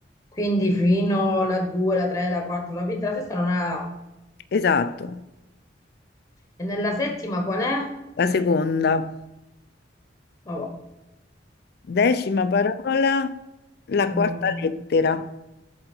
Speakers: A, on the left; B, on the left.
A: quindi fino alla 2, la 3, la 4, la quinta, la sesta non ha la A.
B: esatto,
A: E nella settima qual è?
B: la seconda,
A: Vabbè.
B: decima parola, la
A: Mm,
B: quarta lettera.